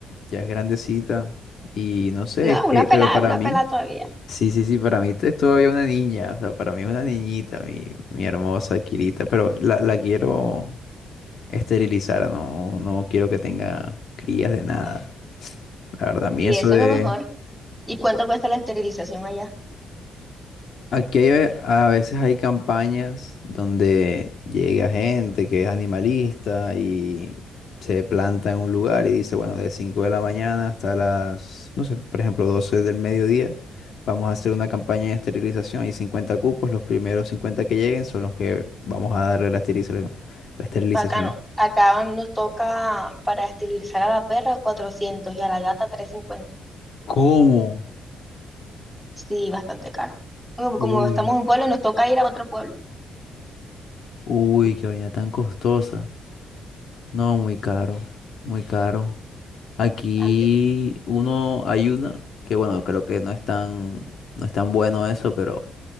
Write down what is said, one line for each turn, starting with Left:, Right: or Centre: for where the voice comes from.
Left: Ya es grandecita. Y no sé,
Centre: No,
Left: es que-
Centre: una pelada,
Left: pero para
Centre: una
Left: mí,
Centre: pelada todavía.
Left: sí, sí, sí, para mí es todavía una niña. O sea, para mí es una niñita, mi, mi hermosa Kirita. Pero la, la quiero esterilizar, no, no quiero que tenga crías de nada. La verdad, a mí
Centre: Y
Left: eso
Centre: eso
Left: de...
Centre: es lo mejor. ¿Y cuánto cuesta la esterilización allá?
Left: Aquí hay- a veces hay campañas donde llega gente que es animalista y se planta en un lugar y dice, bueno, de 5 de la mañana hasta las, no sé, por ejemplo, 12 del mediodía, vamos a hacer una campaña de esterilización. Hay 50 cupos, los primeros 50 que lleguen son los que vamos a darle la esterilización. La esterilización.
Centre: Bacano. Acá nos toca para esterilizar a la perra 400 y a la gata 350.
Left: ¿Cómo?
Centre: Sí, bastante caro. Como como
Left: Uy,
Centre: estamos en un pueblo, nos toca ir a otro pueblo.
Left: uy, qué vaina tan costosa. No, muy caro, muy caro. Aquí
Centre: Antes.
Left: uno, hay una que bueno, creo que no es tan, no es tan bueno eso, pero